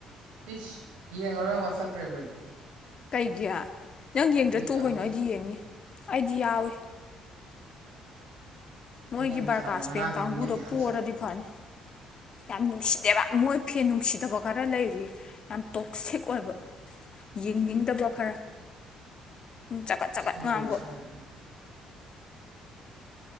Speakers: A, on the right (about 65°); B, on the left (about 45°).
A: ꯏꯁ ꯌꯦꯡꯉꯔꯣꯏ ꯋꯥꯁꯛꯈ꯭ꯔꯦ ꯑꯈꯣꯏꯗꯤ
B: ꯀꯩꯒꯤ ꯅꯪ ꯌꯦꯡꯗ꯭ꯔ
A: ꯕꯤꯠ
B: ꯇꯣꯛꯎ
A: ꯌꯥꯎꯗꯦ
B: ꯀꯩꯅꯣ ꯑꯩꯗꯤ ꯌꯦꯡꯅꯤ ꯑꯩꯗꯤ ꯌꯥꯎꯋꯤ ꯃꯣꯏꯒꯤ
A: ꯃꯤꯅꯪ
B: ꯕꯥꯔꯀꯥ
A: ꯆꯥꯗꯅ
B: ꯏꯁꯄꯦꯟ
A: ꯉꯔꯥꯡꯁꯨ
B: ꯀꯥꯡꯕꯨꯗꯣ
A: ꯃꯤꯅꯝ ꯌꯥꯝ
B: ꯄꯣꯔꯗꯤ
A: ꯆꯥꯏ
B: ꯐꯅꯤ ꯌꯥꯝ ꯅꯨꯡꯁꯤꯗꯦꯕ ꯃꯣꯏ ꯐꯦꯟ ꯅꯨꯡꯁꯤꯗꯕ ꯈꯔ ꯂꯩꯔꯤ ꯌꯥꯝ ꯇꯣꯛꯁꯤꯛ ꯑꯣꯏꯕ ꯌꯦꯡꯅꯤꯡꯗꯕ ꯈꯔ ꯍꯨꯝ ꯆꯒꯠ
A: ꯐꯨꯠꯕꯣꯜꯕꯨ
B: ꯆꯒꯠ ꯉꯥꯡꯕ
A: ꯁꯥꯟꯅꯅꯤꯡꯉꯦ